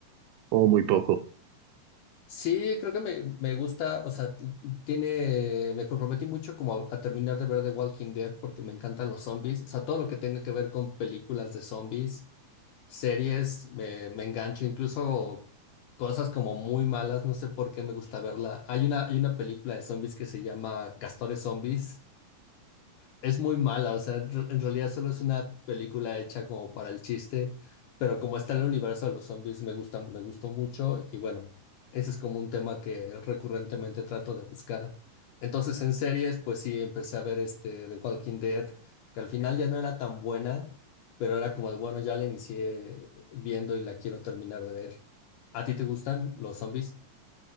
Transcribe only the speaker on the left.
sí, creo que me, me gusta, o sea, t- tiene, me comprometí mucho como a, a terminar de ver The Walking Dead porque me encantan los zombies, o sea, todo lo que tenga que ver con películas de zombies, series, me, me engancho, incluso cosas como muy malas, no sé por qué me gusta verla. Hay una, hay una película de zombies que se llama Castores Zombies. Es muy mala, o sea, en re- en realidad solo es una película hecha como para el chiste, pero como está en el universo de los zombies, me gusta, me gustó mucho y bueno, ese es como un tema que recurrentemente trato de buscar. Entonces, en series, pues sí, empecé a ver este The Walking Dead, que al final ya no era tan buena, pero era como de, bueno, ya la inicié viendo y la quiero terminar de ver. ¿A ti te gustan los zombies?